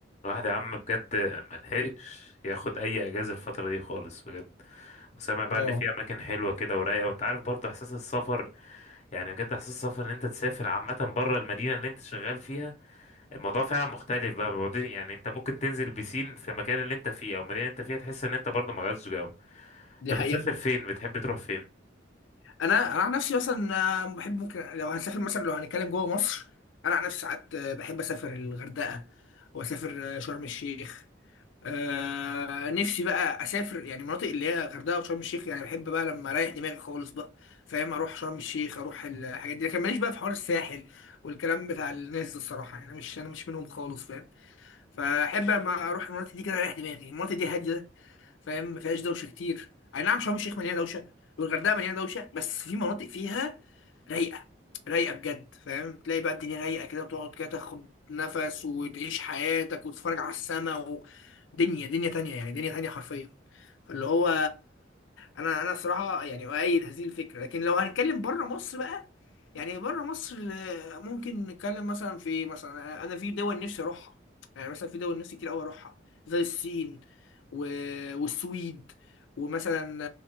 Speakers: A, on the left (about 35°); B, on the left (about 85°).
A: الواحد يا عم بجد ملحقش ياخد اي اجازه الفتره دي خالص بجد وسامع بقى
B: اه
A: ان في اماكن حلوه كده ورايقه وانت عارف برضه احساس السفر يعني بجد احساس السفر ان انت تسافر عامه بره المدينه اللي انت شغال فيها الموضوع فعلا مختلف بقى بقعد- يعني انت ممكن تنزل بسين في المكان اللي انت فيه او المدينه اللي انت فيها تحس ان انت برضه ما غيرتش جو
B: دي
A: انت
B: حقيقة
A: بتسافر فين بتحب تروح فين
B: انا انا عن نفسي مثلا آه، بحب ممكن لو هنسافر مثلا لو هنتكلم جوه مصر انا عن نفسي ساعات آه، بحب اسافر الغردقة واسافر آه، شرم الشيخ آه نفسي بقى اسافر يعني مناطق اللي هي غردقة وشرم الشيخ يعني بحب بقى لما اريح دماغي خالص بقى فاهم اروح شرم الشيخ اروح الحاجات دي لكن ماليش بقى في حوار الساحل والكلام بتاع الناس ده الصراحة يعني مش انا مش منهم خالص فاهم فاحب لما اروح المناطق دي كده اريح دماغي المناطق دي هادية فاهم ما فيهاش دوشه كتير اي نعم شرم الشيخ مليانه دوشه والغردقه مليانه دوشه بس في مناطق فيها رايقه رايقه بجد فاهم تلاقي بقى الدنيا رايقه كده وتقعد كده تاخد نفس وتعيش حياتك وتتفرج على السما ودنيا دنيا تانية يعني دنيا تانية حرفيا فاللي هو انا انا صراحه يعني اؤيد هذه الفكره لكن لو هنتكلم بره مصر بقى يعني بره مصر آه، ممكن نتكلم مثلا في مثلا انا في دول نفسي اروحها يعني مثلا في دول نفسي كتير قوي اروحها زي الصين و... والسويد ومثلا